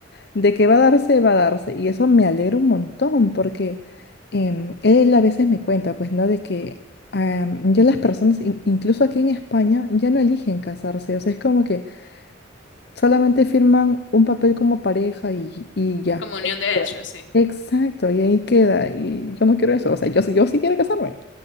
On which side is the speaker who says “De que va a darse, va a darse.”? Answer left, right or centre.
Left